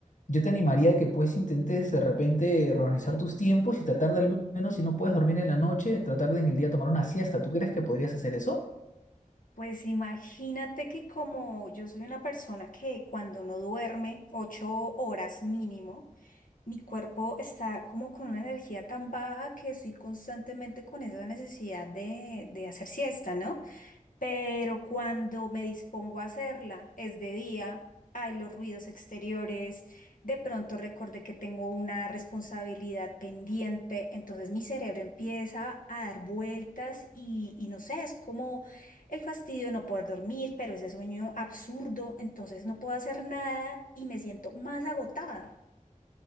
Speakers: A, on the left (about 65°); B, on the left (about 80°).
A: yo te animaría que pues intentes de repente organizar tus tiempos y tratar de al menos, si no puedes dormir en la noche, tratar de en el día tomar una siesta. ¿Tú crees que podrías hacer eso?
B: Pues imagínate que como yo soy una persona que cuando no duerme ocho horas mínimo, mi cuerpo está como con una energía tan baja que estoy constantemente con esa necesidad de, de hacer siesta, ¿no? Pero cuando me dispongo a hacerla, es de día, hay los ruidos exteriores, de pronto recordé que tengo una responsabilidad pendiente, entonces mi cerebro empieza a dar vueltas y, y no sé, es como el fastidio de no poder dormir, pero ese sueño absurdo, entonces no puedo hacer nada y me siento más agotada.